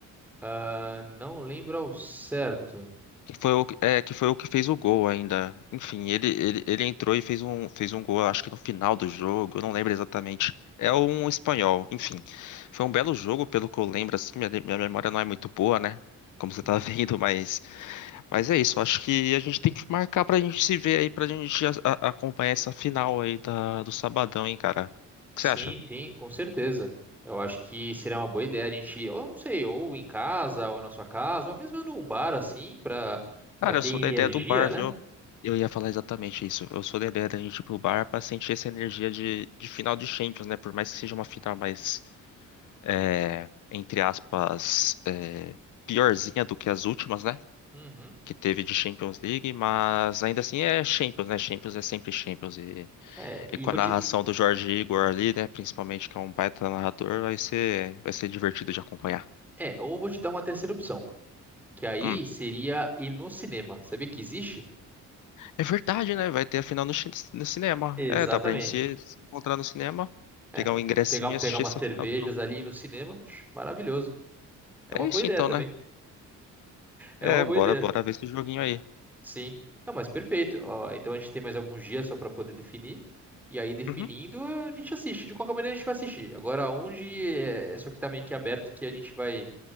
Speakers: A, in the centre; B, on the left.
A: ah, não lembro ao certo.
B: Que foi o... É, que foi o que fez o gol ainda. Enfim, ele, ele, ele entrou e fez um, fez um gol, acho que no final do jogo, eu não lembro exatamente. É um espanhol. Enfim, foi um belo jogo, pelo que eu lembro, assim, minha, minha memória não é muito boa, né? Como você
A: Hum.
B: tá <laughs> vendo, mas. Mas é isso, acho que a gente tem que marcar pra gente se ver aí, pra gente a- a- acompanhar essa final aí da, do sabadão, hein, cara. O que
A: Sim,
B: você acha?
A: sim, com certeza. Eu acho que seria uma boa ideia a gente, ou não sei, ou em casa, ou na sua casa, ou mesmo num bar assim, pra, pra
B: Cara,
A: ter
B: eu sou
A: energia,
B: da ideia do bar,
A: né?
B: viu? Eu ia falar exatamente isso. Eu sou da ideia da gente ir pro bar pra sentir essa energia de, de final de Champions, né? Por mais que seja uma final mais, é, entre aspas, é, piorzinha do que as últimas, né?
A: Uhum.
B: Que teve de Champions League, mas ainda assim é Champions, né? Champions é sempre Champions. e
A: É, e
B: E com
A: vou
B: a narração
A: te,
B: do Jorge Igor ali, né? Principalmente que é um baita narrador, vai ser, vai ser divertido de acompanhar.
A: é, ou vou te dar uma terceira opção. Que aí
B: Hum.
A: seria ir no cinema. Sabia que existe?
B: É verdade, né? Vai ter a final no, chi- no cinema.
A: Exatamente.
B: É, dá pra gente se,
A: <laughs>
B: se encontrar no cinema,
A: É,
B: pegar um ingressinho
A: pegar, pegar
B: e assistir
A: umas
B: essa
A: cervejas
B: final do jogo.
A: ali e ir no cinema, psh, maravilhoso. É uma
B: É
A: boa
B: isso
A: ideia
B: então,
A: também.
B: né?
A: É
B: É,
A: uma boa
B: bora,
A: ideia.
B: bora ver esse joguinho aí.
A: Sim. Não, mas perfeito. Ó, então a gente tem mais alguns dias só para poder definir. E aí, definindo,
B: Uhum.
A: a gente assiste. De qualquer maneira, a gente vai assistir. Agora, onde é é só que tá meio que aberto que a gente vai,